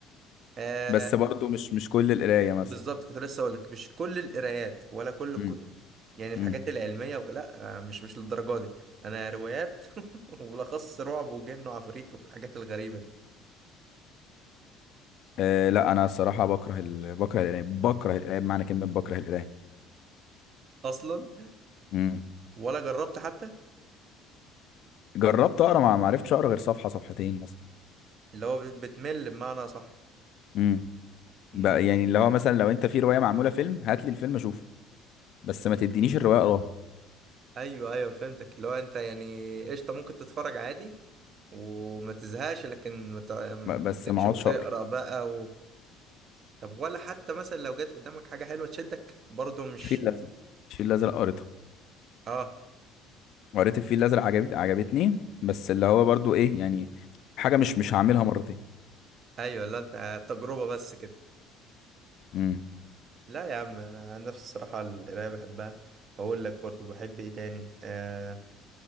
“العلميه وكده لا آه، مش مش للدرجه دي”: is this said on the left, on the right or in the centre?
Right